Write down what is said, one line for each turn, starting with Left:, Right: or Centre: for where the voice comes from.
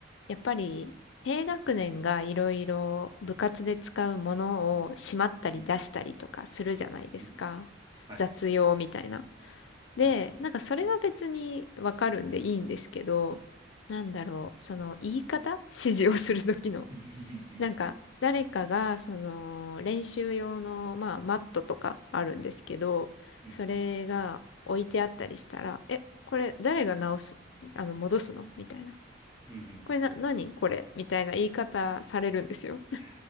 Left: やっぱり、低学年がいろいろ部活で使うものをしまったり出したりとかするじゃないですか。
Right: うんうんうん。はい。
Left: 雑用みたいな。
Right: はい。
Left: で、なんかそれは別にわかるんでいいんですけど、なんだろう。その言い方指示をする時の
Right: うんうんうんうん。
Left: なんか、誰かが、その、練習用の、まあ、マットとかあるんですけど、
Right: うんうん
Left: それが置いてあったりしたら、え、これ誰が直す、あの、戻すのみたいな。
Right: うんうんうん。
Left: これな、何これみたいな言い方されるんですよ。
Right: いやー、